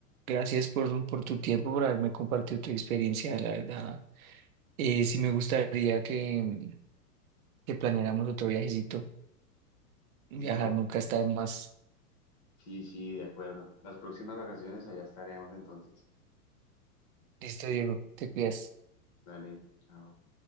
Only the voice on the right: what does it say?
gracias por, por tu tiempo, por haberme compartido tu experiencia, la verdad. Eh, sí me gustaría que, que planeáramos otro viajecito. Viajar
nunca está de más.
Listo, Diego, te cuidas.